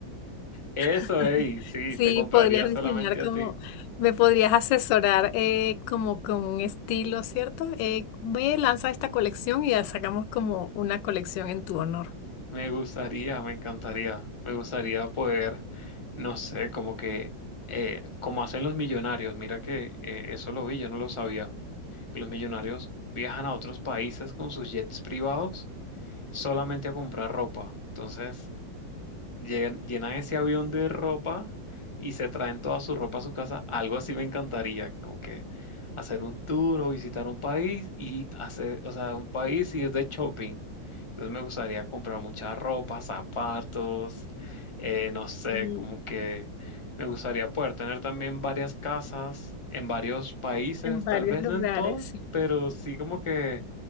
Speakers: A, on the left (about 25°); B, on the left (about 75°).
A: eso,
B: <laughs>
A: ey, sí,
B: Sí,
A: te compraría
B: podrías
A: solamente
B: diseñar como,
A: a ti.
B: me podrías asesorar eh, como con un estilo, ¿cierto? Eh, ve, lanza esta colección y ya sacamos como una colección en tu honor.
A: Me gustaría, me encantaría, me gustaría poder, no sé, como que, eh, como hacen los millonarios, mira que eh, eso lo vi, yo no lo sabía, que los millonarios viajan a otros países con sus jets privados solamente a comprar ropa. Entonces, Llegan- Llenan ese avión de ropa y se traen toda su ropa a su casa. Algo así me encantaría, como que hacer un tour o visitar un país y hacer, o sea, un país y es de shopping. Entonces me gustaría comprar mucha ropa, zapatos, eh, no sé,
B: Y
A: como que me gustaría poder tener también varias casas en varios países,
B: En varios
A: tal vez
B: lugares,
A: no en todos,
B: sí.
A: pero sí como que